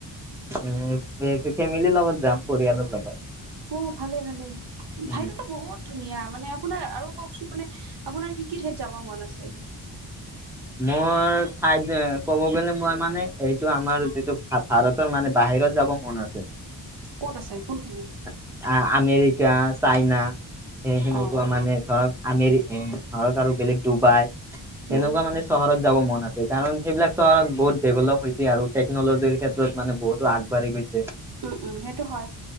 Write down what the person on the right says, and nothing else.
ও, ভালে ভালে
ঠাইতোতো বহুত ধুনীয়া মানে আপোনাৰ আৰু কওঁকচোন মানে আপোনাৰ কি কি ঠাইত যাব মন আছে।
ক'ত আছে কোনখিনি?
অ
উম
উম, উম সেইটো হয়।